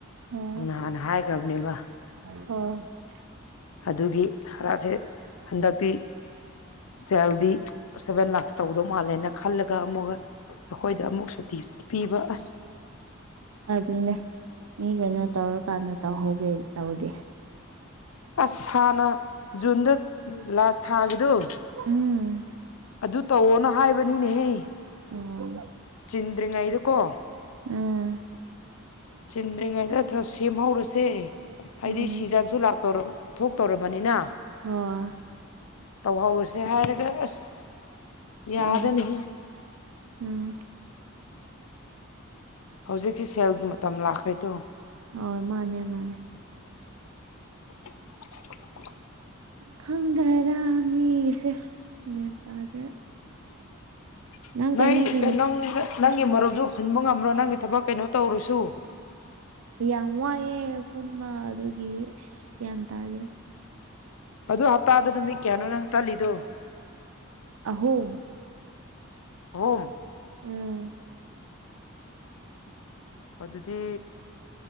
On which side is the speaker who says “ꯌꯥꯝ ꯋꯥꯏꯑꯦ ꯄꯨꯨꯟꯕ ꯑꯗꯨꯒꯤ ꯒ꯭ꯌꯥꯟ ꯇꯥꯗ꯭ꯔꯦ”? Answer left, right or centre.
Right